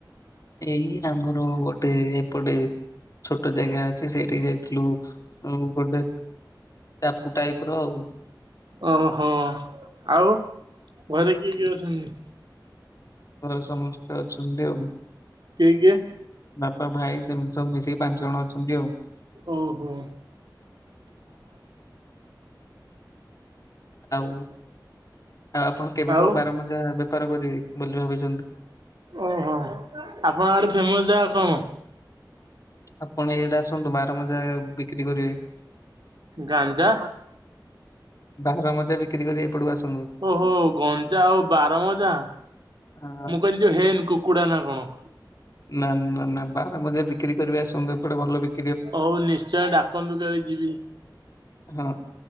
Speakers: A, on the left; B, on the right.
A: ଏଇ ଆମର ଗୋଟେ ଏପଟେ ଛୋଟ ଜାଗା ଅଛି ସେଇଠିକି ଯାଇ ଥିଲୁ ଉଁ ଗୋଟେ ଟାପୁ ଟାଇପ ର ଆଉ।
B: ଓହୋ! ଆଉ ଘରେ କିଏ କିଏ ଅଛନ୍ତି?
A: ଘରେ ସମସ୍ତେ ଅଛନ୍ତି ଆଉ।
B: କିଏ କିଏ?
A: ବାପା ଭାଇ ସେମିତି ସବୁ ମିଶିକି ପାଞ୍ଚ ଜଣ ଅଛନ୍ତି ଆଉ।
B: ଓହୋ।
A: ଆଉ ଆ ଆପଣ କେବେଠୁ
B: ଆଉ
A: ବାର ମଜା ବେପାର କରିବେ ବୋଲି ଭାବିଚନ୍ତି?
B: ଓହୋ ଆପଣ ଆଡ଼େ ଫେମସ ଜାଗା କଣ?
A: ଆପଣ ଇଆଡ଼େ ଆସନ୍ତୁ ବାରମଜା ବିକ୍ରି କରିବେ।
B: ଗାଞ୍ଜା
A: ବାହାର ମଜା ବିକ୍ରି କରିବେ ଏପଟକୁ ଆସନ୍ତୁ।
B: ଓହୋ ଗଞ୍ଚା ଆଉ ବାରମଜା।
A: ଆଁ ଆ।
B: ତୁ ହୋନି କୁକୁଡ଼ା ନା କଣ?
A: ନା ନା ନା ବାରମଜା ବିକ୍ରି କରିବେ ଆସନ୍ତୁ ଏପଟେ ଭଲ ବିକି
B: ହୋଉ ନିଶ୍ଚୟ ଡାକନ୍ତୁ କେବେ ଯିବି।
A: ହଁ